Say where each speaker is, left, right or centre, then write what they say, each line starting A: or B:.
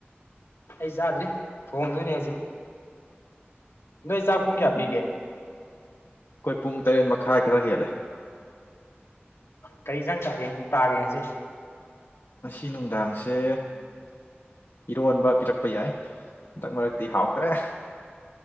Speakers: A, on the left; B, on the left.
A: ꯑꯩ ꯆꯥꯗ꯭ꯔꯤ ꯊꯣꯡꯗꯣꯏꯅꯦ ꯍꯧꯖꯤꯛ ꯅꯣꯏ ꯆꯥꯛ ꯄꯨꯡ ꯀꯌꯥ
B: ꯎꯝ
A: ꯄꯤꯒꯦ
B: ꯑꯩꯈꯣꯏ ꯄꯨꯡ ꯇꯔꯦꯠ ꯃꯈꯥꯏ ꯈꯔ ꯍꯦꯜꯂꯦ
A: ꯀꯔꯤ ꯍꯤꯟꯖꯥꯡ ꯇꯥꯒꯦ ꯉꯁꯤ
B: ꯉꯁꯤ ꯅꯨꯡꯗꯥꯡꯁꯦ ꯏꯔꯣꯟꯕ ꯄꯤꯔꯛꯄ ꯌꯥꯏ ꯍꯟꯗꯛ ꯃꯔꯛꯇꯤ ꯍꯥꯎꯈ꯭ꯔꯦ